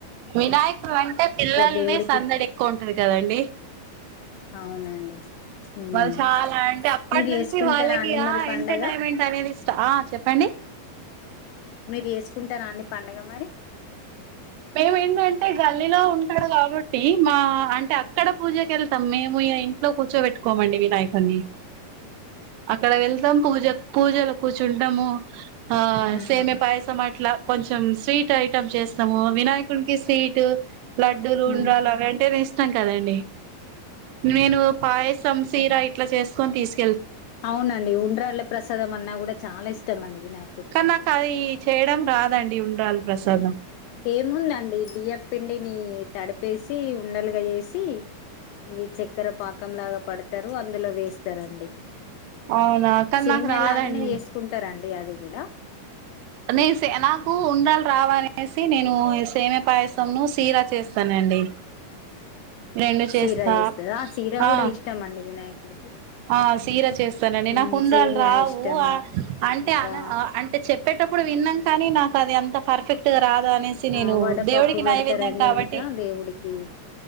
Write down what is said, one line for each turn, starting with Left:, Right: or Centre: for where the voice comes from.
Right: వినాయక అంటే పిల్లలని
Left: దేవుడికి
Right: సందడి ఎక్కువ ఉంటది కదండి
Left: అవునండి మ్మ్
Right: వాళ్ళు చాలా అంటే అప్పటి
Left: మీరు
Right: నుంచి
Left: చేసుకుంటారా
Right: వాళ్ళకి
Left: అండి మరి
Right: ఆ
Left: పండగ
Right: ఎంటర్టైన్మెంట్ అనేది గా ఇష్ట ఆ చెప్పండి
Left: మీరు చేసుకుంటారా అండీ పండుగ మరి
Right: మేము ఏంటంటే గల్లిలో ఉంటాడు కాబట్టి మా అంటే అక్కడ పూజక వెళ్తాం మేము ఇగా ఇంట్లో కూర్చోబట్టుకోమండి మీ నాయకు అన్ని అక్కడ వెళ్తాం పూజ పూజలు కూర్చుంటాము ఆ
Left: మ్మ్
Right: సమియా పాయసం అట్లా కొంచెం స్వీట్ ఐటెమ్ చేస్తాము వినాయకునికి స్వీట్ లడ్డూలు
Left: మ్మ్
Right: ఉండరాలు అవి అంటే ఇష్టం కదా అండి నేను పాయసం సీర ఇట్లా చేస్తా కొని తీసు
Left: అవునండి ఉండ్రాళ్ళ ప్రసాదం అన్నా కూడా చాలా ఇష్టం అండి వినాయ
Right: కానీ నాకు అది చేయడం రాదండి ఉండ్రాలు పరసాదం
Left: ఏముందండి బియ్య పిండిని తడిపేసి ఉండలుగా చేసి ఈ చెక్కరా పాకంలాగా పడతారు అందులో వేస్తారండీ
Right: అవునా కానీ
Left: సేమీయా
Right: నాకు రాదండి
Left: లాగానే చేసుకుంటారండి అది కూడ
Right: నే సే నాకు ఉండరాలు రావు అని సి నేను సేమ పాయసంను సీరా చేస్తానండి
Left: ఆ
Right: రెండు చేస్తా
Left: సీరా చేస్తారు సీరా
Right: ఆ
Left: కూడా ఇష్టం అండి వినాయకుడికి
Right: ఆ సీర చేస్తానండి
Left: ఉమ్
Right: నా ఉండ్రాలు
Left: సేమియా
Right: రావు
Left: ఇష్టము
Right: అంటే
Left: ఇంకా
Right: అ అంటే చెప్ ఇప్పుడు విన్న కానీ నాకు అది అంత పర్ఫెక్ట్గా రాదా అనేసి నేను
Left: ఆ వడపప్పు
Right: దేవుడికి
Left: పెడతారండి
Right: నైవేద్యం కాబట్టి
Left: ఇంకా దేవుడికి